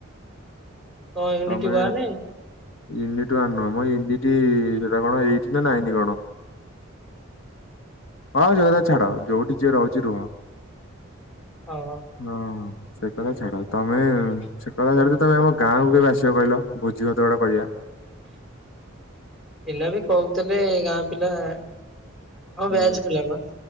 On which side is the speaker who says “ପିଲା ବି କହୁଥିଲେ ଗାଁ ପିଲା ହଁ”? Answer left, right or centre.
Centre